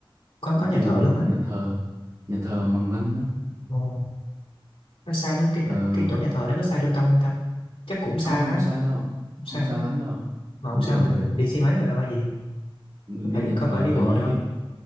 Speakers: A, on the left; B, on the right.
A: có
B: Buổi
A: có nhà
B: chiều
A: thờ
B: mình
A: luôn
B: đi
A: á
B: nhà thờ, nhà thờ Mằng Lăng á.
A: Ồ, nó xa nó cái
B: Ờ,
A: cái chỗ nhà thờ nó có xa trung tâm không ta chắc cũng xa
B: không
A: á
B: không xa đâu,
A: cũng
B: không
A: xa á
B: xa lắm đâu.
A: mà
B: Cũng
A: không sao
B: gần
A: mình
B: nè.
A: mình, mình đi xe máy mà lo gì
B: Mình
A: có
B: đi
A: phải
B: nhà
A: có
B: thờ
A: phải đi
B: tại
A: bộ
B: vì
A: đâu
B: cái